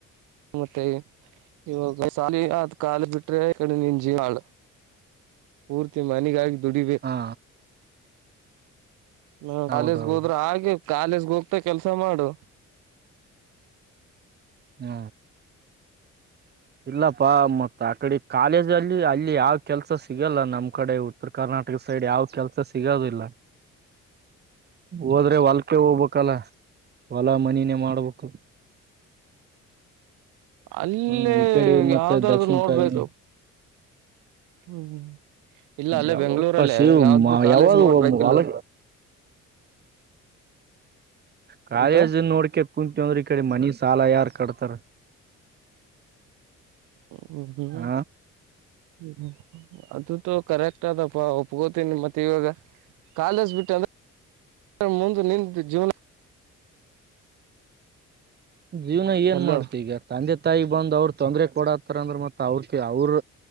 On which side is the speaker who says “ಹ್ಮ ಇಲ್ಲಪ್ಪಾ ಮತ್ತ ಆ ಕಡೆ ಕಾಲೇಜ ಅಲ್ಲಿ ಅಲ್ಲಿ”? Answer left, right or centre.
Right